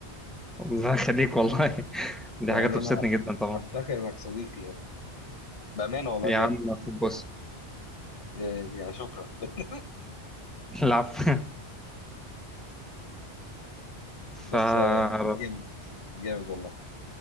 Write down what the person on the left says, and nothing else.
يعني
انا أف-
افتخر انك صديقي بأمانة والله
بجد
إيه، يعني شكرا <laughs>
بس
آه، جامد جامد والله